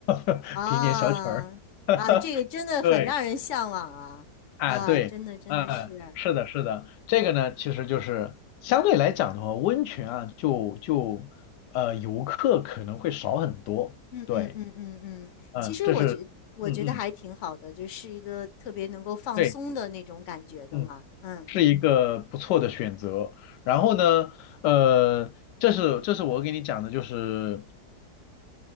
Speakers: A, on the left (about 80°); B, on the left (about 55°).
A: <laughs>
B: 啊啊，
A: 听点小曲儿，<laughs>
B: 这个真的很让人向往啊啊，
A: 对。啊，对，
B: 真的真的是，
A: 嗯，是的，是的，这个呢，其实就是相对来讲的话，温泉啊，就就呃，游客可能会少很多。
B: 嗯嗯嗯嗯嗯，
A: 对，嗯，
B: 其实我觉我觉得还挺好的，
A: 这是，嗯嗯，
B: 就是一个特别能够放松的那种感觉的嘛，
A: 对，嗯，
B: 嗯
A: 是一个不错的选择。然后呢，呃，这是这是我给你讲的，就是，